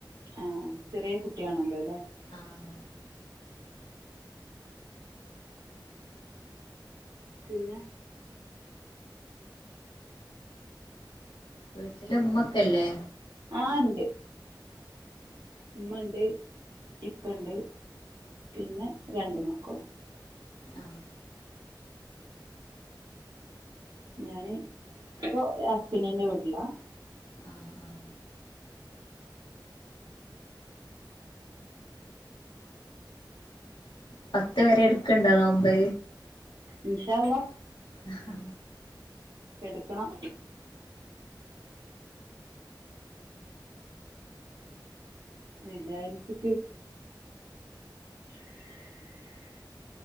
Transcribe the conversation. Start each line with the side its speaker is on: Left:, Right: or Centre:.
Right: ആഹ് ചെറ്യേ കുട്ടിയാണല്ലോല്ലേ
Left: ആഹ്
Right: പിന്നെ
Left: വീട്ടില് ഉമ്മൊക്കെല്ലേ
Right: ആഹ് ഉണ്ട് ഉമ്മണ്ട് ഇപ്പണ്ട് പിന്നെ രണ്ടു മ കും
Left: ആഹ്
Right: ഞാന് ഇപ്പൊ ഹസ്ബൻഡിന്റെ വീട്ടിലാ
Left: ആഹ് ആഹ് പത്ത് വരെ ഇട്ക്ൺണ്ടൊ നോമ്പ്
Right: ഇന്ഷാഅല്ലാഹ്
Left: ആഹ്
Right: എടുക്കണം വിചാരിച്ചിട്ട് <inaudible>